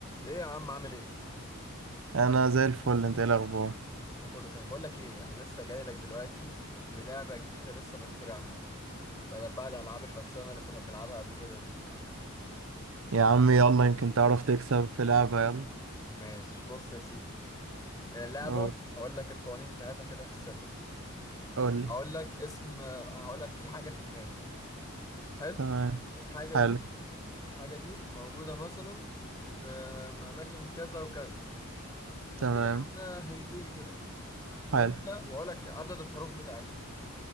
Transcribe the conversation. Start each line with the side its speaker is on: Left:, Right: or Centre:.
Left: ايه يا عم عامل ايه
Right: انا زي الفل انت ايه الاخبار
Left: انا كله تمام بقول لك ايه انا لسه جاي لك دلوقتي بلعبه جديده لسه مخترعها بدل بقى الالعاب الفكسانه اللي كنا بنلعبها قبل كده دي
Right: يا عم يلا يمكن تعرف تكسب في لعبة يلا
Left: ماشي بص يا سيدي هي اللعبه
Right: قول
Left: هقول لك القوانين بتاعتها كده في السريع
Right: قول لي
Left: هقول لك اسم هقول لك في حاجه في دماغي حلو
Right: تمام
Left: الحاجه
Right: حلو
Left: دي الحاجه دي موجوده مثلا في اماكن كذا وكذا هدي
Right: تمام
Left: لك عنها هنتين كده وانت
Right: حلو
Left: واقول لك عدد الحروف بتاعتها